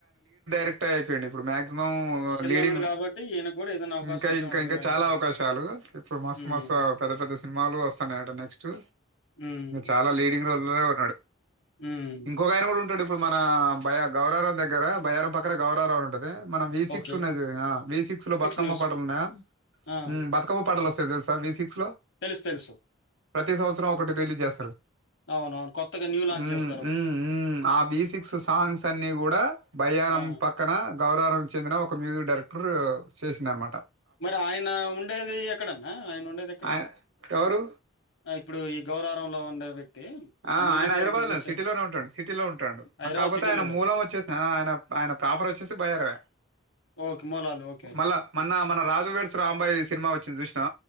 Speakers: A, on the right; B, on the left.
A: యిపోయి ఇప్పుడు మక్సిమం లీడింగ్
B: ఉన్నాడు కాబట్టి ఈయనకు కూడా ఏదైనా అవకాశం
A: ఇంకా
B: ఇచ్చే
A: ఇంకా
B: ఉంటది
A: ఇంకా
B: 'మెగాస్టార్'.
A: చాలా అవకాశాలు ఇప్పుడు మస్తు
B: హ్మ్.
A: మస్తు పెద్ద పెద్ద సినిమాలు వస్తున్నా చు
B: హ్మ్.
A: డ్రైవర్ ఉన్నాడు
B: హ్మ్.
A: ఇంకొకా యన కూడా ఉంటడు ఇప్పుడు మన భయ గౌరారం దగ్గర బయ్యారం పక్కన గౌరారంవ ఉంటది మన వి సిక్స్
B: ఓకే.
A: ఉన్నాది వదిన వి సిక్స్ లో బతుకమ్మ
B: న్యూస్'.
A: పాటలు ఉన్నాయ
B: ఆ!
A: మ్ బతుకమ్మ పాటలు వస్త సజల్సావి <unintelligible>
B: తెలుసు తెలుసు.
A: ప్రతి సంవత్సరం ఒకటి రిలీజ్ చేస్తారు.
B: అవునవును. కొత్తగా న్యూ లాంచ్
A: మ్..
B: చేస్తారు. ఓకే.
A: మ్.. మ్.. ఆ వి సిక్స్ సాంగ్స్ అన్నీ కూడా బయ్యారం
B: ఆ!
A: పక్కనా గౌరారంకి చెందిన ఒక మ్యూజిక్ డైరెక్టర్ చేసింది అనమాట
B: మరి ఆయన ఉండేది ఎక్కడన్నా ఆయన ఉండేది ఎక్కడ
A: ఆయ ఎవరు?
B: ఇప్పుడు ఈ గౌరారంలో ఉండే వ్యక్తి
A: ఆ
B: మ్యూజిక్
A: ఆయన హైదరాబాద్
B: డైరెక్టర్
A: లో
B: చేసే
A: సిటీలోనే ఉంటాడు సిటీలో ఉంటాడు
B: 'హైదరాబాద్
A: కాకపోతే
B: సిటీలోలోకి.'
A: ఆయన మూలం వచ్చేసిన ఆయన ఆయన ప్రాఫర్ వచ్చేసి బయ్యారమె
B: ఓకే. మూలాలు ఓకే.
A: మళ్ళా మొన్న మన రాజు వేడ్స్ రాంబాయి సినిమా వచ్చింది చూసినా